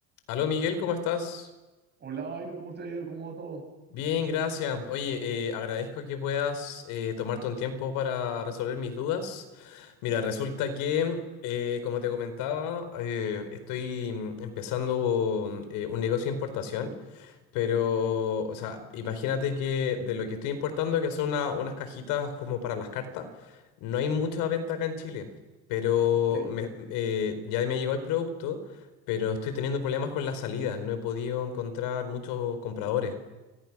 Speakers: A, on the left (about 65°); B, on the right (about 30°).
A: Aló Miguel, ¿cómo estás?
B: Hola, Bayro, ¿cómo te ha ido? ¿Cómo va todo?
A: Bien, gracias. Oye, eh, agradezco que puedas eh, tomarte un tiempo para resolver mis dudas. Mira, resulta que, eh, como te comentaba, eh, estoy mm, empezando mm, eh, un negocio de importación. Pero, o sea, imagínate que de lo que estoy importando, que son una- unas cajitas como para las cartas, no hay mucha venta acá en Chile. Pero
B: Ok, ¿qué
A: me- eh, ya me llegó el producto, pero estoy teniendo problemas con las salidas. No he podido encontrar muchos compradores.